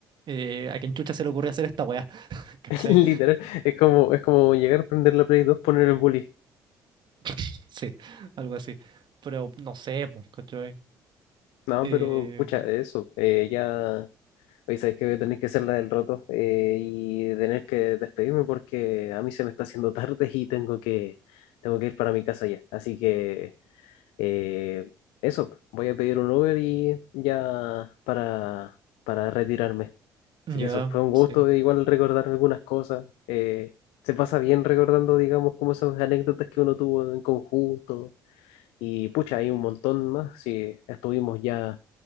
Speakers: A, on the right; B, on the left.
A: eh, a quien chucha se le ocurrió hacer esta weá, <laughs> ¿cachai?
B: <laughs> Literal, es como, es como llegar a prender la Play dos poner el bully.
A: <laughs> Sí, algo así. Pero no sé, pues, ¿cachai?
B: No,
A: Eh,
B: pero, pucha, eso, eh, ya... Oye, sabes que voy a tener que hacer la del roto eh, y tener que despedirme porque a mí se me está haciendo tarde y tengo que, tengo que ir para mi casa ya. Así que... Eh, eso, voy a pedir un Uber y ya para, para retirarme.
A: ya,
B: Así que eso, fue un gusto
A: sí,
B: igual recordar algunas cosas. eh, se pasa bien recordando, digamos, como esas anécdotas que uno tuvo en conjunto. Y pucha, hay un montón más. Sí, estuvimos ya